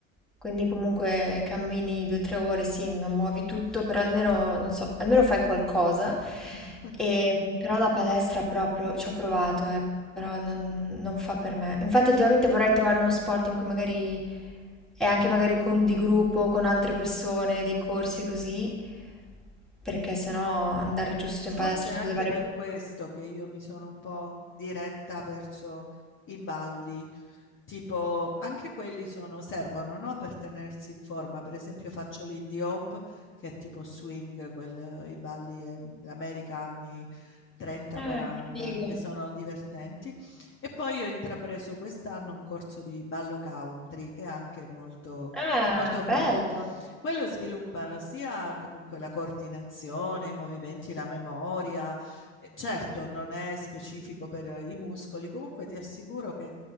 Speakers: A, in the centre; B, on the left.
A: quindi comunque cammini due o tre ore, sì, non muovi tutto, però almeno, non so, almeno fai qualcosa.
B: <laughs>
A: E, però la palestra proprio ci ho provato, eh, però non, non fa per me. Infatti ultimamente vorrei trovare uno sport in cui magari è anche magari con di gruppo, con altre persone, dei corsi così, perché sennò andare giusto
B: E Forse
A: in palestra
B: è
A: sulle
B: anche
A: varie...
B: per questo che io mi sono un po' diretta verso i balli tipo anche quelli sono, servono, no? Per tenersi in forma. Per esempio faccio l'indie hop, che è tipo swing, quel- i balli eh, americani 30-40,
A: Ah, che figo!
B: che sono divertenti. E poi ho intrapreso quest'anno un corso di ballo country, che anche è molto,
A: Ah,
B: è molto
A: bello!
B: bello. Quello sviluppano sia comunque la coordinazione, i movimenti, la memoria. Eh, Certo, non è specifico per eh, i muscoli, comunque ti assicuro che